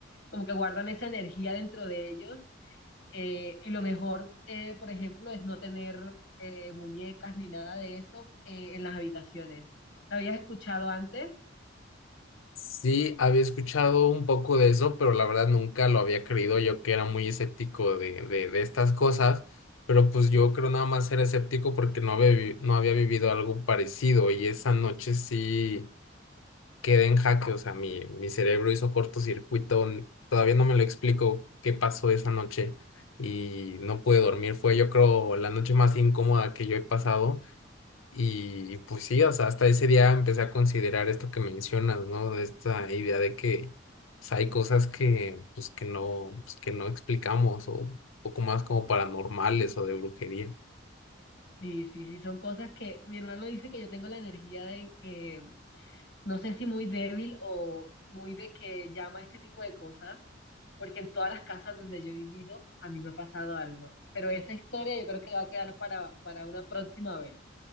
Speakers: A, on the left; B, on the left.
A: como que guardan esa energía dentro de ellos Eh, y lo mejor, eh, por ejemplo, es no tener eh, muñecas ni nada de eso eh, en las habitaciones. ¿Lo habías escuchado antes?
B: Sí, había escuchado un poco de eso, pero la verdad nunca lo había creído yo que era muy escéptico de, de, de estas cosas, pero pues yo creo nada más era escéptico porque no había, vi- no había vivido algo parecido y esa noche sí quedé en jaque, o sea, mi, mi cerebro hizo cortocircuito, n- todavía no me lo explico qué pasó esa noche y no pude dormir, fue yo creo la noche más incómoda que yo he pasado. Y pues sí, o sea, hasta ese día empecé a considerar esto que mencionas, ¿no? De esta idea de que pues, hay cosas que, pues, que no, pues, que no explicamos, o un poco más como paranormales o de brujería.
A: Sí, sí, sí, son cosas que mi hermano dice que yo tengo la energía de, que no sé si muy débil o muy de que llama a este tipo de cosas, porque en todas las casas donde yo he vivido a mí me ha pasado algo. Pero esa historia yo creo que va a quedar para, para una próxima vez.